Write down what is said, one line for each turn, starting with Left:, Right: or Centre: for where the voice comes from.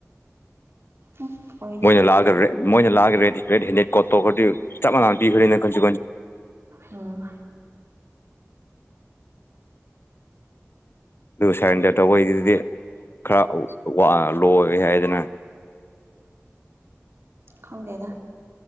Right: ꯎꯝ ꯑꯣꯏꯗꯕ
Left: ꯃꯣꯏꯅ ꯂꯥꯛꯑꯒ ꯃꯣꯏꯅ ꯂꯥꯛꯑꯒ <unintelligible> ꯆꯞ ꯃꯥꯟꯅ ꯄꯤꯕꯅꯤꯅ <unintelligible>
Right: ꯎꯝ
Left: ꯑꯗꯨ ꯁꯔꯦꯟꯗꯔ ꯇꯧꯕꯩꯗꯨꯗꯤ ꯈꯔ ꯋꯥ ꯂꯣꯏ ꯍꯥꯏꯗꯅ
Right: ꯈꯪꯗꯦꯗ